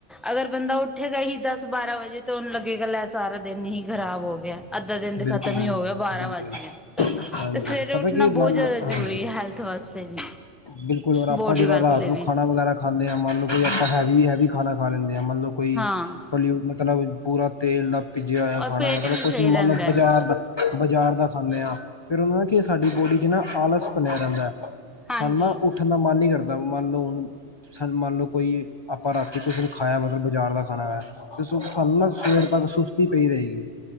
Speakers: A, in the centre; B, on the left.
A: ਅਗਰ ਬੰਦਾ ਉਠ ਏ ਹੀ ਦਸ ਬਾਰਾਂ ਵਜੇ ਤੁਹਾਨੂੰ ਲੱਗੇਗਾ ਲੈ ਸਾਰਾ ਦਿਨ ਹੀ ਖਰਾਬ ਹੋ ਗਿਆ। ਅੱਧਾ ਦਿਨ ਤੇ
B: ਬਿਲਕੁਲ
A: ਖਤਮ
B: ਬਿਲਕੁਲ
A: ਹੀ ਹੋ ਗਿਆ ਬਾਰਾਂ
B: ਬਿਲਕੁਲ
A: ਵੱਜ ਗਏ।
B: ਹਾਂਜੀ
A: ਤੇ ਸਵੇਰੇ
B: ਪਤਾ
A: ਉੱਠਣਾ
B: ਕੀ
A: ਬਹੁਤ
B: ਮੰਨ
A: ਜ਼ਿਆਦਾ
B: ਲਓ
A: ਜ਼ਰੂਰੀ
B: ਹਾਂਜੀ
A: ਹੈ ਹੈਲਥ ਵਾਸਤੇ ਵੀ
B: ਬਿਲਕੁਲ ਔਰ ਆਪਾਂ
A: ਬੋਡੀ
B: ਜਿਹੜਾ
A: ਵਾਸਤੇ
B: ਰਾਤ ਨੂੰ
A: ਵੀ
B: ਖਾਣਾ ਵਗੈਰਾ ਖਾਣੇ ਹਾਂ ਮੰਨਲਓ ਕੋਈ ਆਪਾਂ ਹੈਵੀ ਹੈਵੀ ਖਾਣਾ ਖਾ ਲੈਣੇ ਹਾਂ ਮਤਲਬ ਕੋਈ
A: ਹਾਂ
B: ਮਤਲਬ ਪੂਰਾ ਤੇਲ ਦਾ ਭੀਜਿਆ ਹੋਇਆ
A: ਔਰ
B: ਖਾਣਾ
A: ਪੇਟ
B: ਮਤਲਬ
A: ਵੀ
B: ਕੁਛ
A: ਸਹੀ
B: ਨ ਮਤਲਬ
A: ਰਹਿੰਦਾ ਹੈ
B: ਬਾਜ਼ਾਰ ਦਾ ਖਾਣੇ ਹਾਂ ਫੇਰ ਉਹਨਾਂ ਕਿ ਸਾਡੀ ਬੋਡੀ ਚ ਨਾ ਆਲਸ ਬਨਿਆ ਰਹਿੰਦਾ ਹੈ।
A: ਹਾਂਜੀ
B: ਸਾਨੂੰ ਨਾ ਉੱਠਣ ਦਾ ਮਨ ਹੀ ਕਰਦਾ ਮੰਨ ਲਓ ਹੁਣ ਸਨ ਮੰਨ ਲਓ ਕੋਈ ਆਪਾਂ ਰਾਤੀ ਕੁਛ ਨ ਖਾਇਆ ਮਤਲਬ ਬਾਜ਼ਾਰ ਦਾ ਖਾਣਾ ਖਾਇਆ ਤੇ ਸਾਨੂੰ ਨਾ ਸਵੇਰ ਤੱਕ ਸੁਸਤੀ ਪਈ ਰਹੇਗੀ